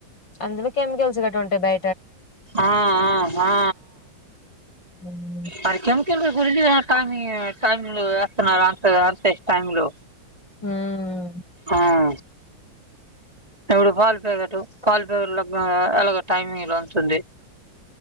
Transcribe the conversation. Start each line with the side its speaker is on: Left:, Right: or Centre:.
Left: అందులో కెమికల్స్ గట్ట ఉంటాయ్ బై
Right: ఆ ఆా
Left: ఉమ్
Right: మరి కెమికల్లు గురిది కానీ టైమ్లు వేస్తున్నారు అంత అంతేసి టైమ్లు
Left: ఉమ్
Right: ఆా ఇప్పుడు పాల్ ప్యాకెట్ పాల్ పేరుగు లకు ఎలా గు టైమిలా ఉంటుంది